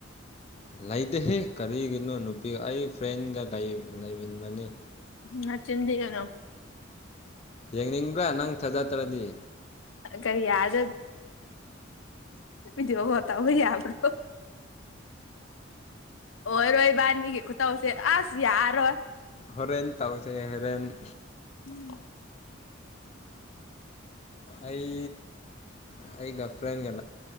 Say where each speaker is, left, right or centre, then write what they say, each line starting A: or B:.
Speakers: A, on the left; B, on the left.
A: ꯂꯩꯗꯍꯦ ꯀꯔꯤꯒꯤꯅꯣ ꯅꯨꯄꯤꯒ ꯑꯩ ꯐ꯭ꯔꯦꯟꯒ ꯂꯩꯃꯤꯟꯕꯅꯤ
B: ꯅꯆꯤꯟ ꯆꯤꯟꯗꯤꯒꯅꯣ
A: ꯌꯦꯡꯅꯤꯡꯕ꯭ꯔꯥ ꯅꯪ ꯊꯥꯖꯗ꯭ꯔꯗꯤ
B: ꯀꯔꯤ ꯌꯥꯗꯦ ꯚꯤꯗꯤꯑꯣꯒꯣ ꯇꯧꯕ ꯌꯥꯕ꯭ꯔꯣ ꯑꯣꯏꯔꯣꯏ ꯏꯕꯥꯅꯤꯒꯤ ꯈꯨꯠꯇꯧꯁꯦ ꯑꯁ ꯌꯥꯔꯔꯣꯏ
A: ꯍꯣꯔꯦꯟ ꯇꯧꯁꯦ ꯍꯣꯔꯦꯟ
B: <unintelligible>
A: ꯑꯩ ꯑꯩꯒ ꯐ꯭ꯔꯦꯟꯒ